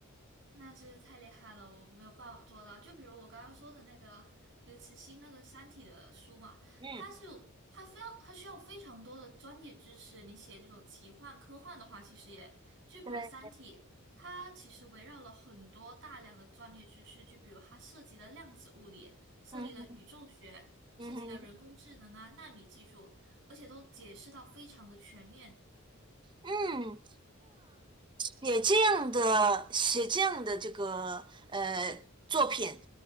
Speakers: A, on the right (about 55°); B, on the right (about 20°).
A: 那真是太厉害了，我没有办法做到。就比如我刚刚说的那个刘慈欣那个《三体》的书嘛，
B: 嗯，
A: 他是他非要他需要非常多的专业知识。你写这种奇幻科幻的话，其实也就比如《三体》，
B: 对，
A: 它其实围绕了很多大量的专业知识，就比如它涉及了量子物理，涉及了宇宙学，
B: 嗯哼
A: 涉及了人工智能啊、
B: 嗯哼
A: 纳米技术，而且都解释到非常的全面。
B: 嗯。写这样的写这样的这个呃作品，